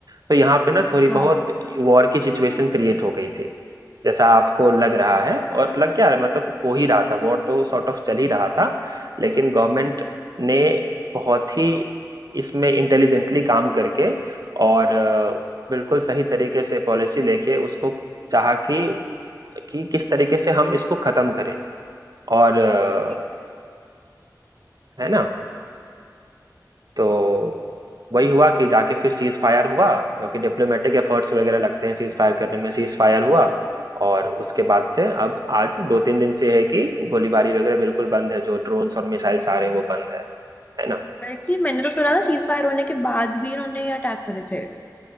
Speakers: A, on the right (about 60°); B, on the left (about 20°).
A: तो यहाँ पे ना थोड़ी बहुत
B: हाँ
A: वॉर की सिचुएशन क्रिएट हो गई थी जैसा आपको लग रहा है और लग क्या रहा है मतलब हो ही रहा था वॉर तो सॉर्ट ऑफ चल ही रहा था लेकिन गवर्नमेंट ने बहुत ही इसमें इंटेलिजेंटली काम करके और अ, बिल्कुल
B: सीज
A: सही
B: फायर
A: तरीके
B: कर दिया
A: से पॉलिसी लेके उसको चाहा कि कि किस तरीके से हम इसको खत्म करें और अ,
B: ये सीज फायर
A: है ना तो वही हुआ कि जाके फिर सीज फायर हुआ क्योंकि डिप्लोमेटिक एफर्ट्स वगैरह लगते हैं सीज फायर करने में सीज फायर हुआ और उसके बाद से अब आज दो तीन दिन से है कि गोलीबारी वगैरह बिल्कुल बंद है जो ड्रोन्स और मिसाइल्स आ रहे हैं वो बंद है है ना
B: बल्कि मैंने तो सुना था सीज फायर होने के बाद भी इन्होंने ये अटैक करे थे